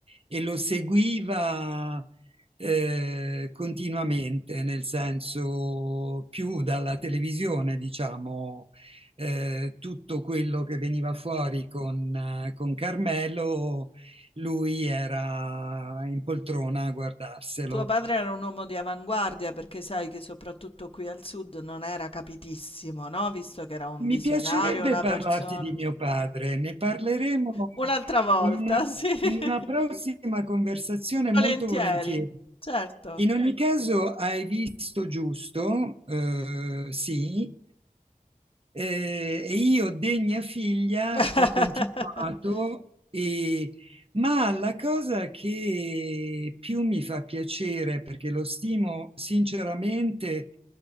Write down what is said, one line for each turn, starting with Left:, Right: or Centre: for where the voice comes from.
Right: e lo seguiva eh, continuamente, nel senso più dalla televisione, diciamo, eh, tutto quello che veniva fuori con, eh, con Carmelo, lui era in poltrona a guardarselo.
Left: Tuo padre era un uomo di avanguardia perché sai che soprattutto qui al sud non era capitissimo, no, visto che era un
Right: Mi
Left: visionario,
Right: piacerebbe
Left: una
Right: parlarti
Left: persona
Right: di mio padre, ne parleremo
Left: un'altra volta,
Right: in una,
Left: sì, <laughs>
Right: in una prossima conversazione
Left: volentieri,
Right: molto volentieri.
Left: certo.
Right: In ogni caso, hai visto giusto, eh, sì, eh, e io, degna figlia,
Left: <laughs>
Right: ho continuato e ma la cosa che più mi fa piacere, perché lo stimo sinceramente